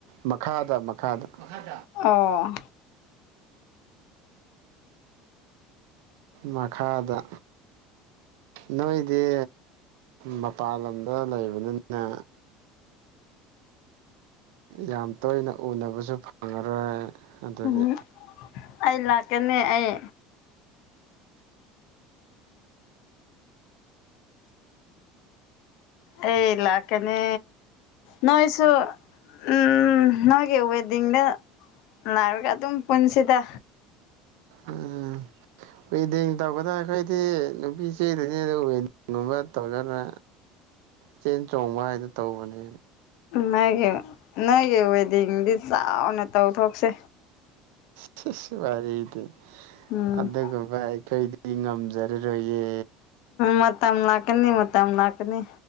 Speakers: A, on the right; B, on the left.
A: ꯃꯈꯥꯗ ꯃꯈꯥꯗ ꯃꯈꯥꯗ
B: ꯑꯣ
A: ꯃꯈꯥꯗ ꯅꯣꯏꯗꯤ ꯃꯄꯥꯟ ꯂꯝꯗ ꯂꯩꯕꯅꯤꯅ ꯌꯥꯝ ꯇꯣꯏꯅ ꯎꯅꯕꯁꯨ ꯐꯪꯉꯔꯣꯏ ꯑꯗꯨꯒꯤ
B: ꯎꯝ ꯑꯩ ꯂꯥꯛꯀꯅꯤ ꯑꯩ ꯑꯩ ꯂꯥꯛꯀꯅꯤ ꯅꯣꯏꯁꯨꯣ ꯎꯝ ꯅꯣꯏꯒꯤ ꯋꯦꯗꯤꯡꯗ ꯂꯥꯛꯔꯒ ꯑꯗꯨꯝ ꯄꯨꯟꯁꯤꯗ
A: ꯎꯝ ꯋꯦꯗꯤꯡ ꯇꯧꯒꯗ꯭ꯔꯥ ꯈꯩꯈꯣꯏꯗꯤ ꯅꯨꯄꯤ ꯆꯦꯗꯅꯤ ꯑꯗꯨ ꯋꯗꯤꯡ ꯒꯨꯝꯕ ꯇꯧꯖꯅ ꯆꯦꯟ ꯆꯣꯡꯕ ꯍꯥꯏꯗꯣ ꯇꯧꯕꯅꯦ
B: ꯅꯣꯏꯒꯤ ꯅꯣꯏꯒꯤ ꯋꯦꯗꯤꯡꯗꯤ ꯆꯥꯎꯅ ꯇꯧꯊꯣꯛꯁꯦ
A: ꯁꯤꯁ ꯋꯥꯔꯤꯔꯤꯗꯤ
B: ꯎꯝ
A: ꯑꯗꯨꯒꯨꯝꯕꯥ <unintelligible> ꯉꯝꯖꯔꯥꯔꯣꯏꯌꯦ
B: ꯃꯇꯝ ꯂꯥꯀꯅꯤ ꯃꯇꯝ ꯂꯥꯀꯅꯤ